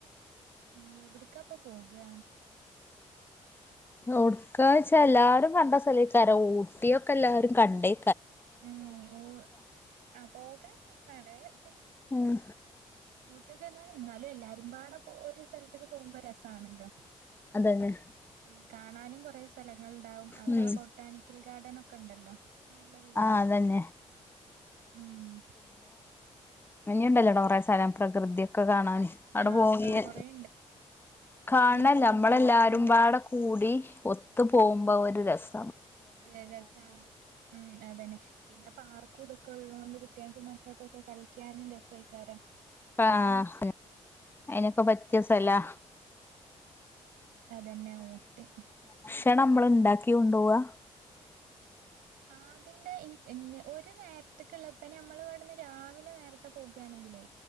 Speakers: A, on the right; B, on the left.
A: ഉം എവിട്ക്കാപ്പ പോക്
B: ഒട്ക്കാച്ച എല്ലാരും കണ്ട സ്ഥലെ ക്കാരെ ഊട്ടിയൊക്കെ എല്ലാരും കണ്ടേ
A: ഉം ഓ അ പോകാൻ രസാണ് ഇപ്പം
B: ഉം
A: <unintelligible> എന്നാലും എല്ലാരും പാട പോവ് ഒരു സൽ ത്തക്ക് പോവുമ്പ രസാണല്ലോ
B: അതന്നെ
A: മ് കാര ഞാനും കുറേ സ് സ്ഥലങ്ങൾ ഇണ്ടാാവും അവിടെ
B: ഉം
A: ആ ബൊട്ടാണിക്കൽ ഗാർഡൻ ഒ ക്ക ഇണ്ടല്ലോ നല്ലതെയിക്കാരം
B: ആഹ് അതന്നെ
A: ഉം
B: മഞ്ഞുണ്ടല്ലോ അടെ കുറേ സ്ഥലം പ്രകൃതിഒക്ക ഒക്ക കാണാന് അടെ
A: ആഹ്
B: പോകുനെ
A: ആഹ് കൊറേണ്ട്
B: കാൺ
A: പിന്നെ
B: ണല്ല
A: ബോട്ടിംഗ്
B: നമ്മളഎല്ലാരുംപാടെ
A: ഒക്കെണ്ട്
B: കൂടി ഒ ത്ത് പോവുമ്പോ ഒരു രസ്
A: ഏ രസാണ് മ് അതന്നെ പിന്നെ പാർ ക്കുതൊക്കെ ഉള്ളോണ്ട് കുട്ടിയെക്ക് മക്കക്കൊക്കെ കളിക്കാനും രെസെക്കാരം
B: ആ ഹ് അയിനൊക്കെ പറ്റിയ സലാ
A: അതെന്നെ ഊട്ടി
B: ക്ഷണം നമ്മള് ഇണ്ടാക്കി കൊണ്ടോവ്
A: ആ അതിന്റെ ഇൻ ഞ്ഞ് ഒരു നേരത്ത് ക്ക്ള്ള പിന്നെ ഞമ്മള് ഇവിട്ന്ന് രാവിലെ നേരത്തെ പോക്ണെങ്കിലേ